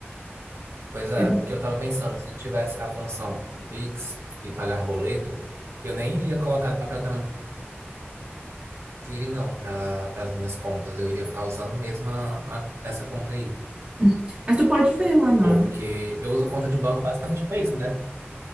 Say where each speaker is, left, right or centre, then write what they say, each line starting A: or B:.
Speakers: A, on the right; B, on the right.
A: Pois
B: Entendeu?
A: é, porque eu tava pensando, se tivesse a função Pix e pagar boleto, eu nem iria colocar para transferir, não, para as minhas contas. Eu iria ficar usando mesmo a- a- essa conta aí.
B: Uhum. Mas tu pode ver lá na,
A: Porque eu uso conta de banco basicamente para isso, né?